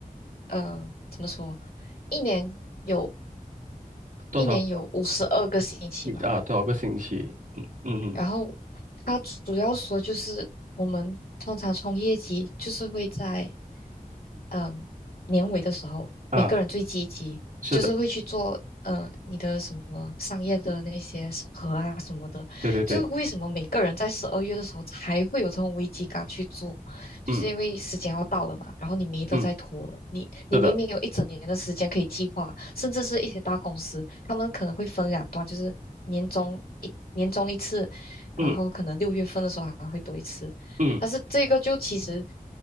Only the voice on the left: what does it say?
呃怎么说，一年有
一年有五十二个星期嘛，
然后它主要说就是我们通常从业绩就是会在。嗯，年尾的时候，
每个人最积极，
就是会去做，呃，你的什么商业的那些审核啊什么的，
就是为什么每个人在十二月的时候才会有这种危机感去做，就是因为时间要到了嘛，
然后你没得再拖了，
你你明明有一整年的时间可以计划，
甚至是一些大公司，他们可能会分两段，就是年终一年终一次，然后可能六月份的时候还会多一次，
但是这个就其实